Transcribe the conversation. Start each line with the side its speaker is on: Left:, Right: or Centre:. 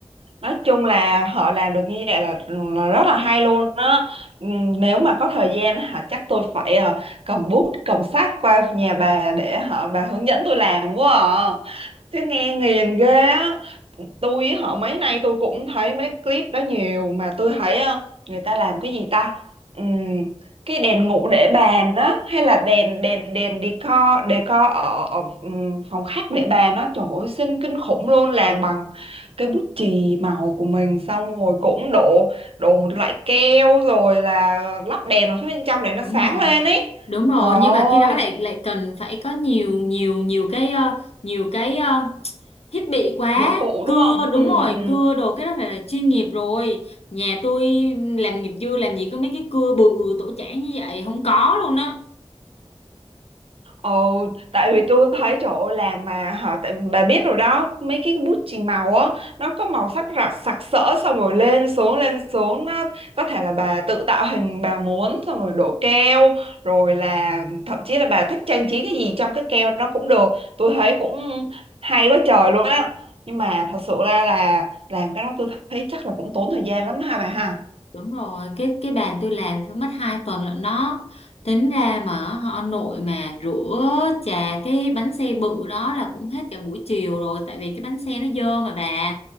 Right: Nói chung là họ làm được như vậy là, là rất là hay luôn đó Ừ, nếu mà có thời gian hả chắc tôi phải ờ, cầm bút cầm sách qua nhà bà để họ bà hướng dẫn tôi làm quá à. chứ nghe nghiền ghê á tôi á, họ mấy nay tôi cũng thấy mấy clip đó nhiều mà tôi thấy ờ, người ta làm cái gì ta Ừm, cái đèn ngủ để bàn đó hay là đèn đèn đèn decor decor ở, ở ừm, phòng khách để bàn đó trời ơi xinh kinh khủng luôn làm bằng cái bút chì màu của mình xong rồi cũng đổ đổ một loại keo rồi là lắp đèn vào phía bên trong để nó
Left: đúng
Right: sáng
Left: rồi
Right: lên ấy
Left: đúng rồi
Right: trời
Left: nhưng mà cái đó
Right: ơi
Left: lại lại cần phải có nhiều nhiều nhiều cái ờ, nhiều cái ờ, thiết bị quá
Right: dụng cụ
Left: cưa
Right: đúng không ừ,
Left: đúng rồi
Right: ừ.
Left: cưa đồ cái đó phải là chuyên nghiệp rồi nhà tôi làm nghiệp dư làm gì có mấy cái cưa bự tổ chảng như vậy không có luôn á
Right: Ồ, tại vì tôi thấy trời ơi làm mà hả tại bà biết rồi đó mấy cái bút chì màu á nó có màu sắc rạc sặc sỡ xong rồi lên xuống lên xuống nó có thể là bà tự tạo hình bà muốn xong rồi đổ keo rồi là thậm chí là bà thích trang trí cái gì trong cái keo đó cũng được tôi thấy cũng hay quá trời luôn á nhưng mà thật sự ra là làm cái đó tôi thấy chắc là cũng tốn thời gian lắm ha bà ha
Left: Đúng rồi, cái cái bàn tôi làm phải mất 2 tuần lận đó. Tính ra mà họ nội mà rửa chà cái bánh xe bự đó là cũng hết cả buổi chiều rồi tại vì cái bánh xe nó dơ mà bà.